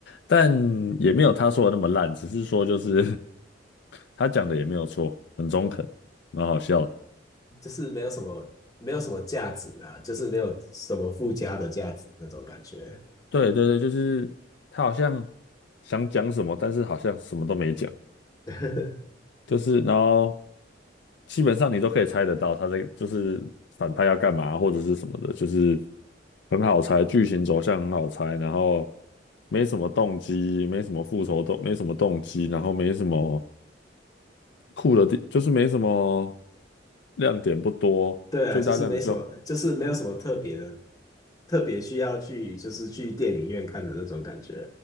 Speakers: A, on the left; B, on the left.
A: 但也没有他说的那么烂，只是说就是 <laughs> 他讲的也没有错，很中肯，蛮好笑的。
B: 就是没有什么没有什么价值啊，就是没有什么附加的价值那种感觉。
A: 对对对，就是他好像想讲什么，但是好像什么都没讲。
B: <laughs>
A: 就是然后基本上你都可以猜得到他在就是反派要干嘛或者是什么的，就是很好猜，剧情走向很好猜，然后没什么动机，没什么复仇动，没什么动机，然后没什么酷的地，就是没什么亮点不多，
B: 对啊，
A: 最大亮点就
B: 就是没什么，就是没有什么特别的，特别需要去就是去电影院看的那种感觉，